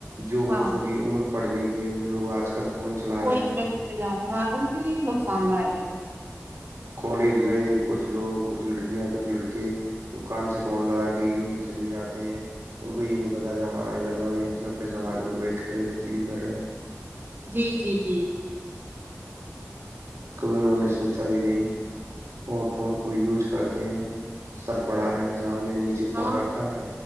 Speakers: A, on the right; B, on the right.
A: جو بچوں
B: ہاں
A: کی عمر پڑھنے کی یہ وہ لوگ آج کل فون چلا
B: وہ
A: رہے
B: اس
A: ہیں
B: میں گے جیں ہاں ان کے لیے نقصان داک ہے
A: کالج گئے کچھ لوگ کچھ لڑکیاں کچھ لڑکے دکان سے پون لگا کے یوں ہی چلے جاتے ہیں ان کو یہ نہیں پتا کہ ہمارے گھر والے اتنا پیسہ ہمارے اوپر ویسٹ کرے کس لیے کر رہے ہیں
B: جی جی جی
A: کبھی انہوں نے سوچا بھی نہیں اور فون کو یوز کرتے ہیں سر پڑھا رہے ہیں سامنے نیچے
B: ہاں
A: فون رکھا ہے